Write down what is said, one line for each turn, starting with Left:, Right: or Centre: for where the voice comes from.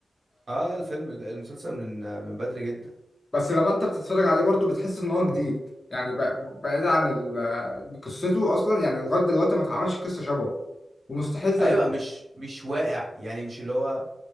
Right: اه الفيلم المسلسل من من بدري جدا
Left: بس لما أنت بتتفرج عليه برضو بتحس إن هو جديد يعني ب- بعيد عن ال- قصته أصلا يعني لغاية دلوقتي ما اتعملش قصة شبهه ومستحيل تقدم
Right: ايوه مش مش واقع يعني مش اللي هو